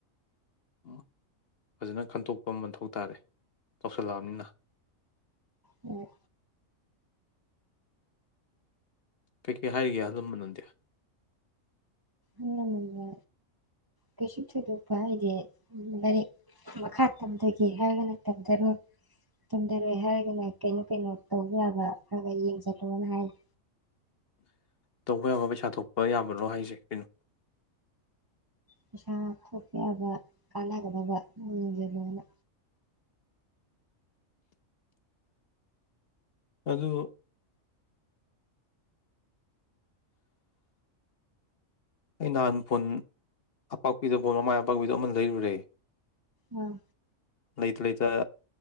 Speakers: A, on the left (about 50°); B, on the right (about 25°).
A: ꯎ ꯐꯖꯅ ꯈꯟꯇꯣꯛꯄ ꯃꯊꯧ ꯇꯥꯔꯦ ꯇꯧꯁꯜꯂꯛꯑꯕꯅꯤꯅ
B: ꯎꯝ
A: ꯀꯩꯀꯩ ꯍꯥꯏꯔꯤꯒꯦ ꯑꯜꯂꯝꯃ ꯅꯥꯗꯤ
B: ꯑꯍꯜ ꯂꯥꯃꯜꯅꯥ ꯀꯩꯁꯨ ꯊꯣꯏꯗꯣꯛꯄ ꯍꯥꯏꯗꯦ ꯂꯥꯏꯔꯤꯛ ꯃꯈꯥ ꯇꯝꯊꯒꯦ ꯍꯥꯏꯔꯒꯅ ꯇꯝꯊꯔꯣꯏ ꯇꯝꯊꯔꯣꯏ ꯍꯥꯏꯔꯒꯅ ꯀꯩꯅꯣ ꯀꯩꯅꯣ ꯇꯧꯕ ꯌꯥꯕ ꯈꯔꯒ ꯌꯦꯡꯁꯤꯜꯂꯣꯅ ꯍꯥꯏꯔꯦ
A: ꯇꯧꯕ ꯌꯥꯕ ꯄꯩꯁꯥ ꯊꯣꯛꯄ ꯌꯥꯕꯔꯣ ꯍꯥꯏꯁꯦ ꯀꯩꯅꯣ
B: ꯄꯩꯁꯥ ꯊꯣꯛꯄꯥꯌꯥꯕꯥ ꯀꯥꯟꯅꯒꯗꯕ ꯌꯦꯡꯖꯤꯟꯂꯣꯅ
A: ꯑꯗꯨ ꯑꯩ ꯅꯍꯥꯟ ꯐꯣꯟ ꯑꯄꯥꯛꯄꯤꯗꯨ ꯐꯣꯟ ꯃꯃꯥꯏ ꯑꯄꯥꯛꯄꯤꯗꯨ ꯑꯃ ꯂꯩꯔꯨꯔꯦ
B: ꯑꯥ
A: ꯂꯩꯇ ꯂꯩꯇ